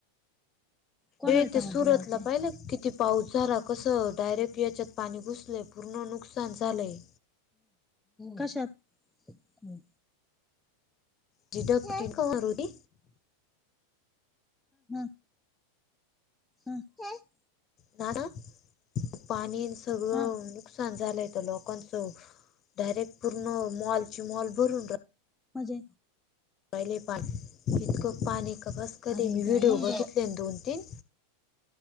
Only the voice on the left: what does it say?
अय ते
सुरतला
पाहिलं का किती पाऊस झाला कसं डायरेक्ट याच्यात पाणी घुसलय पूर्ण नुकसान झालेय.
जी ढगफुटी
का होणार होती
ना ना पाणी सगळं
नुकसान झाल होत लोकांच डायरेक्ट पूर्ण मॉल चे मॉल भरून रा
अय लय पाणी इतकं पाणी का बस कधी
मी
व्हिडिओ
बघितले ना दोन तीन